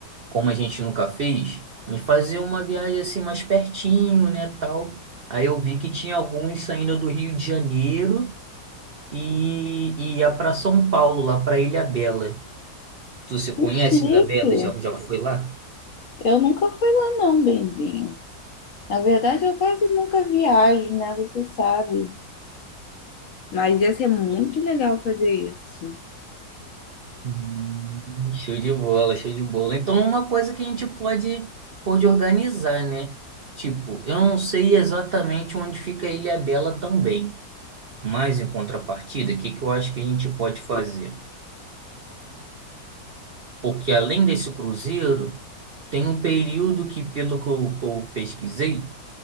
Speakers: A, on the right; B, on the left.
A: como a gente nunca fez, em fazer uma viagem assim mais pertinho, né, tal. Aí eu vi que tinha alguns saindo do Rio de Janeiro e e ia para São Paulo, lá para Ilhabela. Tu se conhece
B: Que Chique.
A: Ilhabela? Já, já foi lá?
B: Eu nunca fui lá não, Benzinho. Na verdade, eu quase nunca viajo, né? Você sabe. Mas ia ser muito legal fazer isso.
A: Hum, Show de bola, show de bola. Então, é uma coisa que a gente pode, pode organizar, né? Tipo, eu não sei exatamente onde fica a Ilha Bela também, mas em contrapartida, o que que eu acho que a gente pode fazer? Porque além desse cruzeiro, tem um período que, pelo que eu, que eu pesquisei,